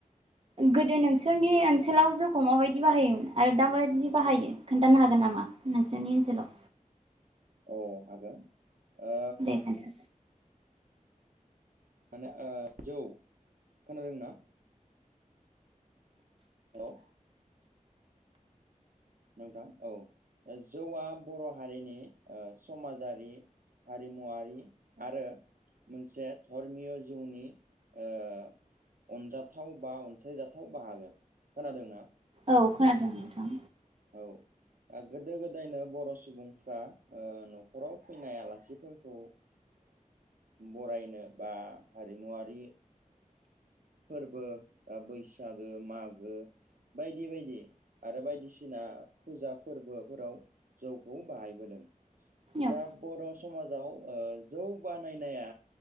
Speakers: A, on the right (about 45°); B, on the right (about 80°).
A: गोदो नोंसोरनि ओनसोलाव जौखौ माबायदि बाहायोमोन आरो दा माबायदि बाहायो खोन्थानो हागोन नामा? नोंसोरनि ओनसोलाव
B: औ हागोन ओ
A: दे खोन्था
B: माने ओ जौ खोनादों ना? हेल'। नोंथां औ ओ जौआ बर' हारिनि ओ समाजारि हारिमुवारि आरो मोनसे धर्मिय' जिउनि ओ अनजाथाव बा अनसायजाथाव बाहागो। खोनादोंना?
A: औ खोनादों नोंथां।
B: औ। गोदो- गोदायनो बर' सुबुंफ्रा न'खराव फैनाय आलासिफोरखौ बरायनो बा हारिमुवारि फोरबो ओ बैसागो मागो बायदि बायदि आरो बायदिसिना दिसिना फुजा फोरबोफोराव जौखौ बाहायबोदों।
A: औ
B: दा बर' समाजाव ओ जौ बानायनाया